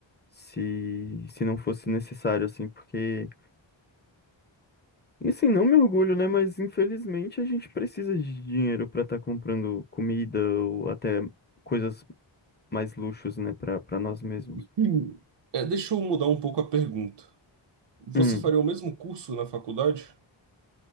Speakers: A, on the left; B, on the right.
A: se, se não fosse necessário, assim, porque, assim, não me orgulho, né? Mas infelizmente a gente precisa de dinheiro para estar comprando comida ou até coisas mais luxos, né, para para nós mesmos.
B: Hum. É, deixa eu mudar um pouco a pergunta. Você
A: Hum.
B: faria o mesmo curso na faculdade?